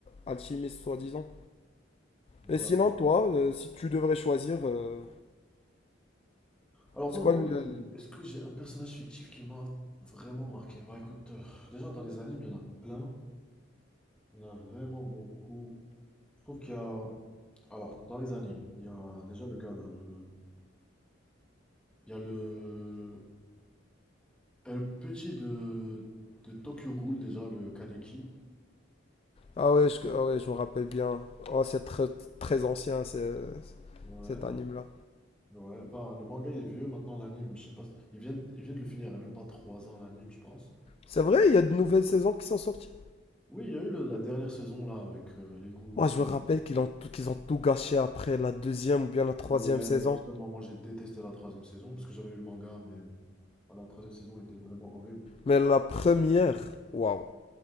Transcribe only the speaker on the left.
alchimiste, soi-disant.
Et sinon,
toi, euh, si tu devrais choisir, euh,
c'est quoi
le... le-
Ah ouais, je, ah ouais, je me rappelle bien. Oh, c'est très, très ancien, c'est-
cet anime-là.
C'est vrai, il y a de nouvelles saisons qui sont sorties.
Moi,
je me rappelle qu'ils ont, tout- qu'ils ont tout gâché après la deuxième ou bien la troisième
saison.
Mais la première, waouh.